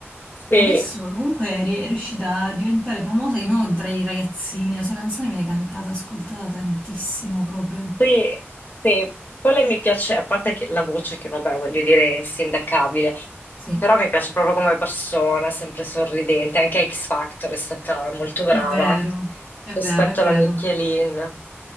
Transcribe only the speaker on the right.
e
adesso comunque è, ri- è riuscita a diventare famosa di nuovo tra i ragazzini, la sua canzone viene cantata, ascoltata tantissimo proprio.
Sì,
è vero, è
vero, è vero.